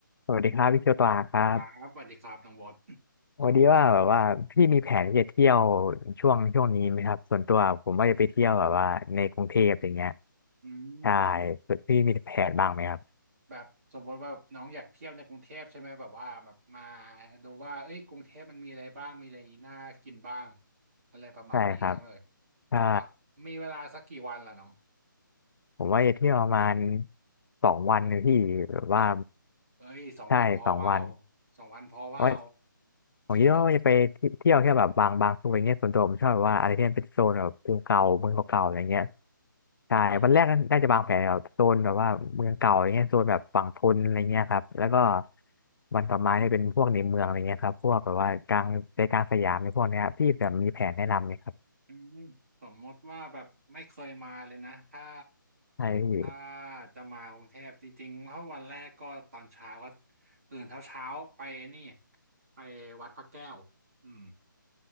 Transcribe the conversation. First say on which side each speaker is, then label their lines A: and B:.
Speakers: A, on the left; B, on the right.
A: สวัสดีครับพี่เคียวตวาครับ
B: ครับสวัสดีครับน้องบอส
A: วันนี้ว่าแบบว่าพี่มีแผนที่จะเที่ยวช่วงช่วงนี้ไหมครับส่วนตัวผมว่าจะไปเที่ยวแบบว่าในกรุงเทพอย่างเงี้ย
B: อืม
A: ใช่ส่วนพี่มีแผนบ้างไหมครับ
B: แบบสมมติว่าน้องอยากเที่ยวในกรุงเทพใช่ไหมแบบว่าแบบมาดูว่าเอ้ยกรุงเทพมันมีอะไรบ้างมีอะไรน่ากินบ้างอะไรประมาณนี้ใช่ไหม
A: ใช่ครับใช่
B: เอ่ะมีเวลาสักกี่วันล่ะน้อง
A: ผมว่าจะเที่ยวประมาณสองวันนะพี่แบบว่า
B: เอ้ยสองวันพอเปล่า
A: ใช่สองวัน
B: สองวันพอเปล่า
A: เพราะว่าผมคิดว่าจะไปเที่ยวแค่แบบบางบางส่วนอย่างเงี้ยส่วนตัวผมชอบแบบว่าอะไรที่มันเป็นโซนแบบกรุงเก่าเมืองเก่าๆอะไรเงี้ย
B: เยอะ
A: ใช่วันแรกน่าจะวางแผนแบบโซนแบบว่าเมืองเก่าอย่างเงี้ยโซนแบบฝั่งทนอะไรเงี้ยครับแล้วก็
B: อืม
A: วันต่อมาเนี่ยเป็นพวกในเมืองอะไรเงี้ยครับพวกแบบว่ากลางใจกลางสยามในพวกเนี้ยครับพี่แบบมีแผนแนะนำไหมครับ
B: อืมสมมติว่าแบบไม่เคยมาเลยนะถ้า
A: ใช่พี่
B: ถ้าจะมากรุงเทพจริงๆถ้าวันแรกก็ตอนเช้าก็ตื่นเช้าเช้าไปนี่ไปวัดพระแก้วอืม